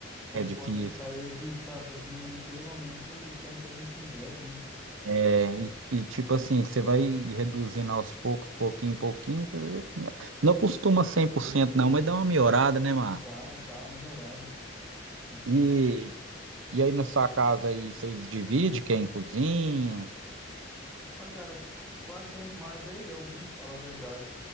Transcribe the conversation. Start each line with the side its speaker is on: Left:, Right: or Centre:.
Centre: quando
Right: é difícil.
Centre: pode evitar, eu evito, sabe? Para diminuir pelo menos o, o tanto que a gente ingere, né?
Right: É, e, e tipo assim, você vai reduzindo aos poucos, pouquinho, pouquinho, eh, não costuma cento não, mas dá uma melhorada, né, Márcio?
Centre: Dá, dá uma melhorada. É.
Right: E, e aí na sua casa aí vocês dividem quem cozinha?
Centre: Mas, cara, quase sempre mais é eu, viu? Falar a verdade.